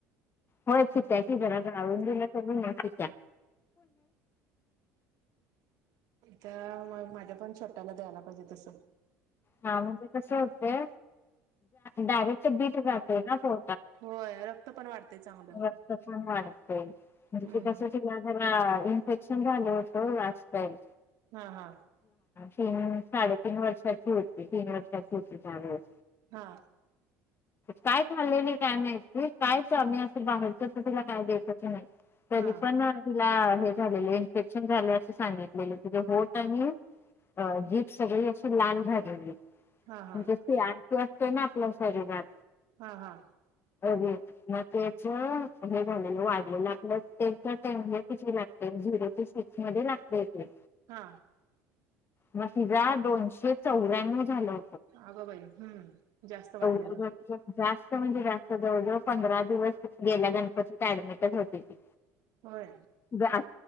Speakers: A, on the left (about 35°); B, on the right (about 70°).
A: होय पित्याकी जराजरा गाळून दिलं कि नाही पित्या
B: ता मग माझ्या पण छोट्याला द्यायला पाहिजे तस
A: हा म्हणजे कस होते डायरेक्ट बीट जाते न तो
B: होय रक्त पण वाढतय चांगलं.
A: वा म्हणे ते
B: हम्म
A: क <unintelligible> हा इन्फेक्शन झालं होतं लास्ट टाइम
B: हा हा
A: तीन साडेतीन वर्षाची होती, तीन वर्षाची होती त्यावेळेस
B: हा.
A: काय खाल्ले नाही काय नाही काय प्रॉब्लम असं बाहेरच तर तिला काय द्यायच नाही तरीपण
B: हा
A: हे झाले इन्फेक्शन झाले अस सांगितले तुे होत आणि अ जीप सगळी असशी लाल झालती म्हणज
B: हा हा
A: ती आणखी असते ना आपल्या शरीरात
B: हा हा
A: अग मग त्याच हे झालेलं वाढलेलं आपलं तेच्या हे लागते झिरो ते सिक्स मध्ये लागतय ते
B: हा
A: मग तिझे दोनशे चौऱ्यानव्ह झाले
B: अगं बाई हम्म जास्त वाढलेलं
A: जास्त म्हणजे, जास्त जवळ-जवळ पंधरा दिवस, गेल्या गणपतीत ऍडमिटच होती ती
B: होय
A: ग <inaudible>